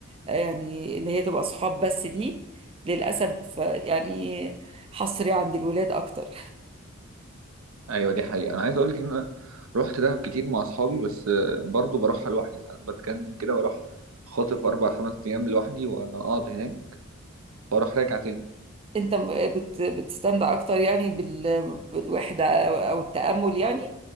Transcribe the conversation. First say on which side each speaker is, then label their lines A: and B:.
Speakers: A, on the right; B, on the right.
A: آه، يعني إن هي تبقى أصحاب بس دي للأسف آه، يعني حصري عند الولاد أكتر
B: ايوه دي حقيقه انا عايز اقولك ان انا رحت دهب كتير مع اصحابي بس آه، برضو بروحها لوحدي ساعات بتجنن كده واروح خاطف اربع خمس ايام لوحدي واقعد هناك واروح راجع تاني
A: أنت م- بت- بتستمتع أكتر يعني بال- بالوحدة أو أو التأمل يعني